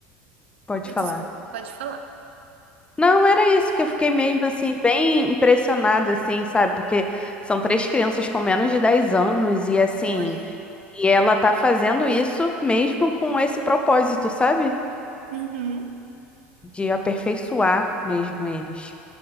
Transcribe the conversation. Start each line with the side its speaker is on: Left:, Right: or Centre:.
Left: Pode
Right: Ai,
Left: falar.
Right: Desculpa, pode falar.
Left: Não, era isso que eu fiquei mesmo assim, bem impressionada, assim, sabe? Porque são três crianças com menos de 10 anos e assim,
Right: Olha,
Left: e ela tá fazendo isso mesmo com esse propósito, sabe?
Right: uhum,
Left: De aperfeiçoar mesmo eles,